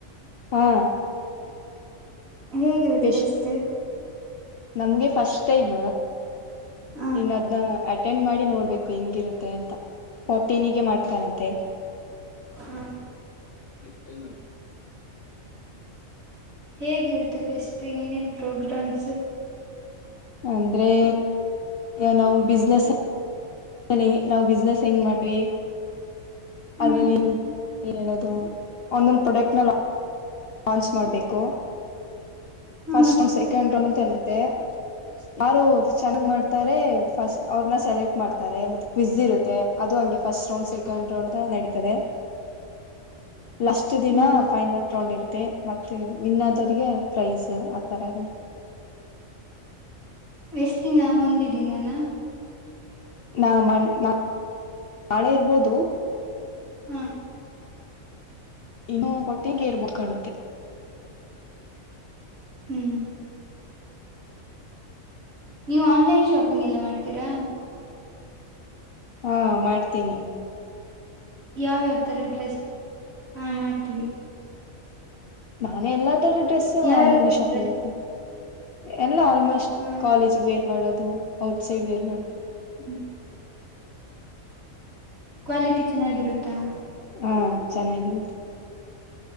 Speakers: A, on the left; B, on the right.
A: ಹಾ
B: ಹೇಗಿರುತ್ತೆ
A: ಪೆಸ್ಟ್
B: ಬೆಸ್ಟ್
A: ನಮ್ಗೆ ಫಸ್ಟ್ ಟೈಮ್
B: ಹ
A: ಇನ್ನದ್ನ ಅಟೆಂಡ್ ಮಾಡಿ ನೋಡ್ಬೇಕು ಹೆಂಗಿರುತ್ತೆ ಅಂತ ಪೊಟ್ಟಿನಿಗೆ ಮಾಡ್ತಾರಂತ ಂತೆ
B: ಹಾ
A: ಟೈಂ ಅಯ್ತು
B: ಹೇಗಿರ್ತೆ ಪೆಸ್ ಮತ್ತು ಏನೇನು ಪ್ರೋಗ್ರಾಮ್ಸ್
A: ಹ ರೆ ನ ಅವ್ ಬಿಸ್ನೆಸ್ ಲ್ಲಿ ನಾವು್ ಬಿಸ್ನೆಸ್ ಹೆಂಗ್ ಮಾಡ್ವಿ
B: ಹ್ಮ್
A: ಅದ್ರಲ್ಲಿ ಏನ್ ಹೇಳದು ಒಂದೊಂದು್ ಪ್ರೊಡಕ್ಟ್ ನ ಲಾಂಚ್ ಮಾಡ್ಬೇಕು
B: ಹ್ಮ್
A: ಫಸ್ಟ್ ರೌಂಡ್ ಸೆಕೆಂಡ್ ತಾಂತತೆ ಅಂತೆ ಯಾರು ಚೆನ್ನಾಗ್ ಮಾಡ್ತಾರೆ ಫಸ್ಟ್ ಅವ್ರನ್ನ ಸೆಲೆಕ್ಟ್ ಮಾಡ್ತಾರೆ ಮತ್ತೆ ಕ್ವಿಜ್ ಇರುತ್ತೆ ಅದು ಹಂಗೆ ಫಸ್ಟ್ ರೌಂಡ್ ಸೆಕೆಂಡ್ ರೌಂಡ್ ನಡೀತದೆ ಲಷ್ಟಟ್ ದಿನ
B: ಹ್ಮ್
A: ಫೈನಲ್ ರೌಂಡ್ ಇರ್ತ್ತೆ ಮತ್ತೆ ವಿನ್ನಾದವರಿಗೆ ಪ್ರೈಸ್ ಆತರ ಎ
B: ಎಷ್ಟ ದಿನ ಒಂದೇ ದಿನಾನ
A: ನಾಾ ನಾಳೆ ಇರ್ಬೋದು
B: ಹ
A: ಇನ್ನುಫೋಟಿಗೆ ಇರಬೇಕು ಕಾಣುತ್ತೆ
B: ಹ್ಮ್ ನೀವು ಆನ್ಲೈನ್ ಶಾಪಿಂಗ್ ಎಲ್ಲ ಮಾಡ್ತೀರಾ
A: ಹಾ ಮಾಡ್ತೇನಿ
B: ಯಾವ ಯಾವ ತರ ಡ್ರೆಸ್ ಹಾ ಮಾಡ್ತೀವಿ
A: ನಾನೇ ಎಲ್ಲಾ ತರ ಡ್ರೆಸ್ಸ
B: ಯಾವ್ಯಾವ
A: ಆನ್ಲೈನ್
B: ತರ
A: ಶಾಪಿಂಗ್
B: ಡ್ರೆಸ್
A: ಮಾತ್ತ ಎಲ್ಲ ಆಲ್ಮೋಸ್ಟ್
B: ಹಾ
A: ಕಾಲೇಜ್ ಬೇರ್ ಮಾಡೋದು ಔಟ್ಸೈಡ್ ಬೇರ್ ಮಾಡೋದು
B: ಹ್ಮ ಕ್ವಾಲಿಟಿ ಚೆನ್ನಾಗಿರುತ್ತೆ ಊಾ
A: ಹಾ ಚೆನ್ನಾಗಿರು